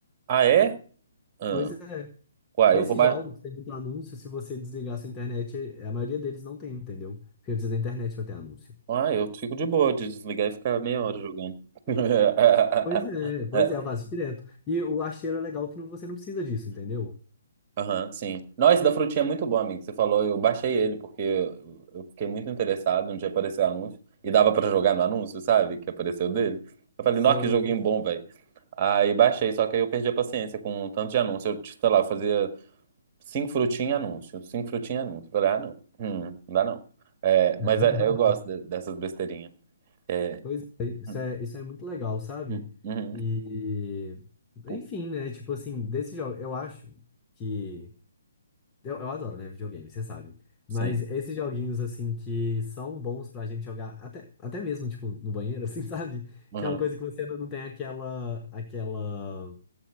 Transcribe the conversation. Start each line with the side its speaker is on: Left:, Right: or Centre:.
Right: Ah, é? Ah.
Left: Pois é.
Right: Uai,
Left: Esses
Right: eu vou... Ba...
Left: jogos têm muito anúncio, se você desligar sua internet, a maioria deles não tem, entendeu? Porque precisa da internet pra ter anúncio.
Right: Ah, eu fico de boa de desligar e ficar meia hora jogando. <laughs>
Left: Pois é, pois é, eu faço direto. E o Acheiro é legal que não- você não precisa disso, entendeu?
Right: Aham, sim. nós da frutinha é muito bom, amigo. Você falou, eu baixei ele porque eu eu fiquei muito interessado onde apareceu o anúncio e dava pra jogar no anúncio, sabe? Que apareceu dele. Eu falei,
Left: Sei,
Right: nossa, que joguinho
Left: sei.
Right: bom, velho. Aí baixei, só que aí eu perdi a paciência com o tanto de anúncio. Eu, tipo, sei lá, eu fazia cinco frutinhas anúncio, cinco frutinhas anúncio. Eu falei, ah, não, Hum, não dá não. É,
Left: <laughs>
Right: mas é- eu gosto de- dessas besteirinhas. É,
Left: Pois é, isso
Right: hum,
Left: é, isso é muito legal, sabe?
Right: hum, uhum,
Left: E,
Right: pu-
Left: enfim, né? Tipo assim, desse jogo, eu acho que Eu, eu adoro, né, videogame, você sabe.
Right: sim.
Left: Mas esses joguinhos, assim, que são bons pra gente jogar, até, até mesmo, tipo, no banheiro, assim, <laughs> sabe?
Right: uhum.
Left: Que é uma coisa que você não não tem aquela, aquela